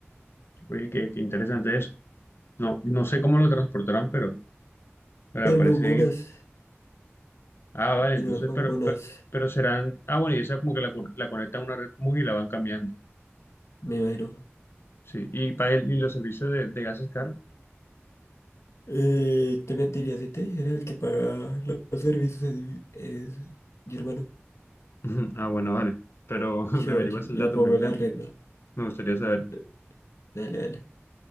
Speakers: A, on the left; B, on the left.
A: Oye, qué, qué interesante eso. No, no sé cómo lo transportarán, pero, pero
B: En
A: me parece
B: bombonas,
A: bien. Ah, vale,
B: en
A: entonces,
B: unas bombonas,
A: pero, pero, pero serán. Ah, bueno, y esa como que la, co- la conectan a una red común y la van cambiando.
B: me imagino.
A: Sí, y, para el- y los servicios de, de gas es caro.
B: Eh, te mentiría si te dijera el que paga lo- los servicios es, mi es mi hermano.
A: <laughs> Ujú. Ah, bueno, vale. Pero <laughs>
B: Yo,
A: me averiguas
B: yo,
A: el dato,
B: yo pongo
A: me, me,
B: la renta.
A: me gustaría saber.
B: D- Dale, dale.